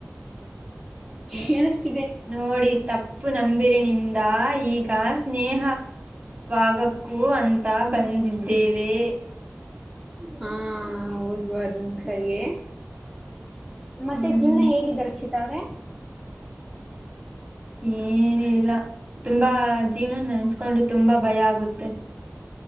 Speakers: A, in the centre; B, on the right.
A: ನ
B: ನೋಡಿ ತಪ್ಪು ನಂಬಿರಿನಿಂದ ಈಗ ಸ್ನೇಹ ವಾಗಕ್ಕೂ ಅಂತ ಬಂದಿದ್ದೇವೆ
A: ಹಾ ಹೌದು ಅದು ಸರಿಯೇ ಮತ್ತೆ
B: ಹ್ಮ್
A: ಜೀವನ ಹೇಗಿದೆ ರಕ್ಷಿತ ಅವ್ರೆ
B: ಏನಿಲ್ಲ ತುಂಬಾ ಜೀವನ ನೆನ್ಸ್ಕೊಂಡಿ ತುಂಬಾ ಭಯ ಆಗುತ್ತೆ